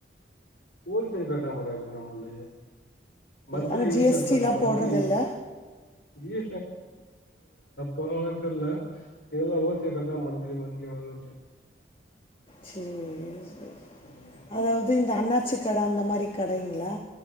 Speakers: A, on the left (about 70°); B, on the left (about 30°).
A: ஹோல் சேல் கதா மு ந <inaudible> மத்லி
B: ஆனால்
A: வீட்டுல
B: ஜிஎஸ்டிலாம்
A: இருக்கணும் மந்த்லி
B: போடுறதில்ல
A: ஜி போறோம்லாம் தெரியல நீங்கல்லாம் ஹோல்சேல தான் மந்திலி மந்திலி வாங்கு <inaudible>
B: சேரி சரி
A: ம்
B: அதாவது இந்த அண்ணாச்சிகடை அந்த மாதிரி கடைங்களா